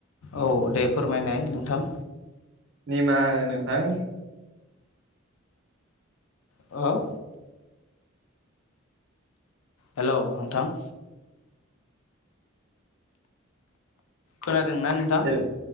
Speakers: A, on the left; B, on the right.
A: औ दे फोरमायनाय नोंथां।
B: निमाहा हो नोंथां।
A: अ हेल' नोंथां। खोनादोंना नोंथां?
B: हेल